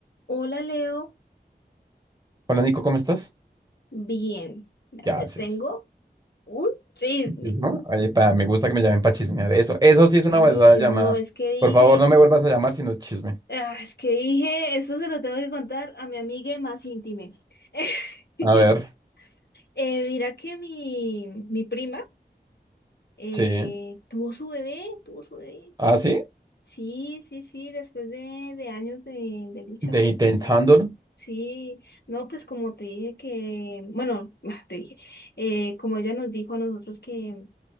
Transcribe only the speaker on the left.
Hola Leo,
bien, ya
te tengo un chisme.
Y
no, es que dije,
ah, es que dije, eso se lo tengo que contar a mi amiga más íntima. <laughs>
Eh, mira que mi, mi prima eh,
tuvo su bebé, tuvo su bebé.
Sí, sí, sí, después de, de años de, de lucha,
pues,
pa- sí, no, pues como te dije que, bueno, <laughs> te dije, eh, como ella nos dijo a nosotros que